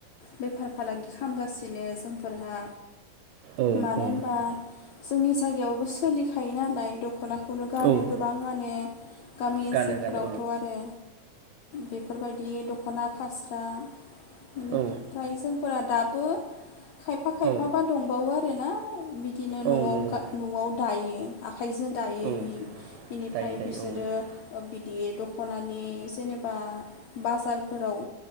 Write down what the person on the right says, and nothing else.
औ
औ
औ
गानो गानो
औ
औ
औ
नंगौ
औ
दायो दायो
औ